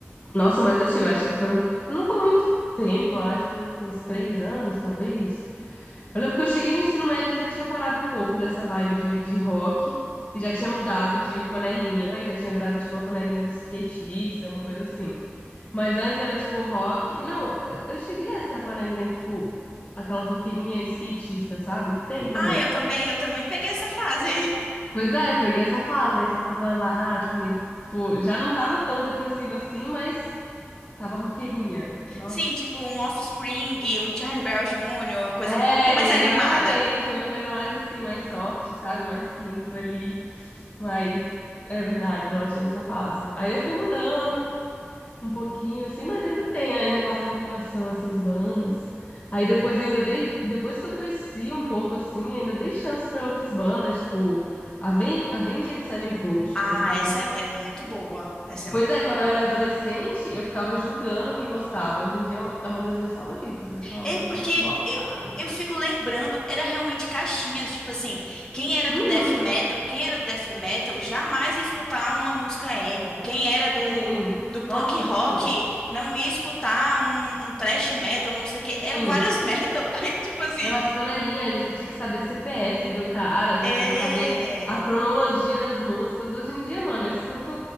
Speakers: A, on the left (about 35°); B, on the left (about 15°).
A: Nossa, mas assim, eu tive, acho que foram. Não foi muito tempo, acho que foram uns uns três anos, talvez. Eu lembro que eu cheguei no ensino médio eu já tinha parado um pouco dessa vibe de, de rock e já tinha mudado de panelinha e já tinha virado tipo a panelinha dos skatistas, uma coisa assim. Mas antes era tipo rock. Não, eu eu cheguei a ser a panelinha, tipo, aquela roqueirinha skatista, sabe? Que tem também.
B: Ah, eu também, eu também peguei essa fase aí.
A: Pois é, peguei essa fase, aí ficava lá, tipo, meio- tipo, já não tava tão depressiva assim, mas tava roqueirinha. Nossa.
B: Sim, tipo um Offspring, um Charlie Brown Jr., uma coisa
A: É,
B: um pouquinho mais animada.
A: exatamente. Uma coisa mais assim, mais soft, sabe? Mais clean ali. Mas é verdade, não tive essa fase. Aí eu fui mudando um pouquinho, assim, mas ainda tem, né? Ainda guardo no coração essas bandas. Aí depois eu ainda dei, depois que eu cresci um pouco assim, ainda dei chance pra outras bandas, tipo Aven- Avenged Sevenfold,
B: Ah,
A: Sevenfold.
B: essa é, é muito boa. Essa é
A: Pois
B: muito
A: é,
B: boa.
A: quando eu era adolescente, eu ficava julgando quem gostava. Hoje em dia é uma das minhas favoritas. Eu falava
B: É
A: assim,
B: porque
A: nossa, um otário.
B: eu, eu fico lembrando, era realmente caixinhas, tipo assim, quem era do
A: Uhum.
B: death metal, quem era do death metal jamais ia escutar uma música emo. Quem era do,
A: Sim,
B: do punk
A: nossa,
B: rock
A: sim,
B: não ia escutar um, um thrash metal, não sei o quê.
A: sim.
B: Eram várias metal. <laughs> Aí, tipo assim,
A: Era as panelinhas, aí você tinha que saber CPF do cara, você
B: é.
A: tinha que saber a cronologia das músicas. Hoje em dia, mano, eu escuto,